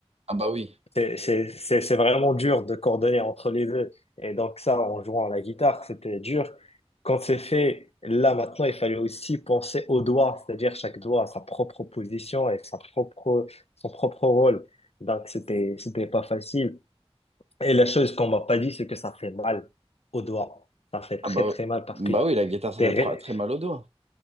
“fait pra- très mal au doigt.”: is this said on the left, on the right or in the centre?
Right